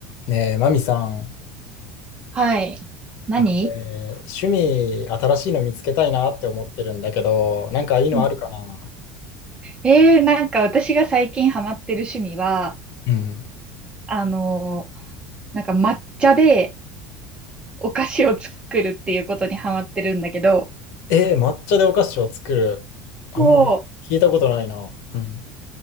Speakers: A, on the left; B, on the right.
A: ねえ、マミさん、
B: はい。何
A: なんか俺、趣味新しいの見つけたいなって思ってるんだけど、なんかいいのあるかな
B: うんえー、なんか私が最近ハマってる趣味は、
A: うん。
B: あのーなんか抹茶でお菓子を作るっていうことにハマってるんだけど、
A: えー、抹茶でお菓子を作る。あんまり聞いたことないな。
B: もう、
A: うん。